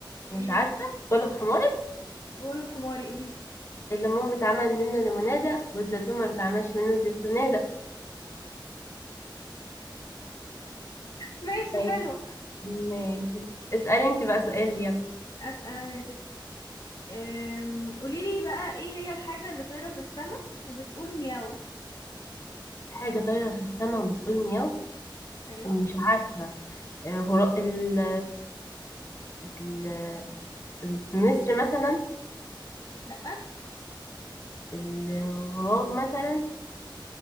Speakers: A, on the left; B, on the left.
A: مش
B: ايه
A: عارفة كله بحمار
B: قولوا حماري قوليلي
A: الليمون بيتعمل منه ليمونادة والزيتون ما بيتعملش منه زيتونادة
B: ماشي
A: طيب
B: حلو
A: ماشي اسألي انت بقى سؤال يلا
B: اسأل انا يا ستي أم، قوليلي بقى ايه هي الحاجة اللي طايرة في السماء وبتقول مياو
A: حاجة طايرة في السماء وبتقول مياو
B: ايوه
A: مش عارفة آه، غراب ال ال النسر مثلا
B: لا
A: الغراب مثلا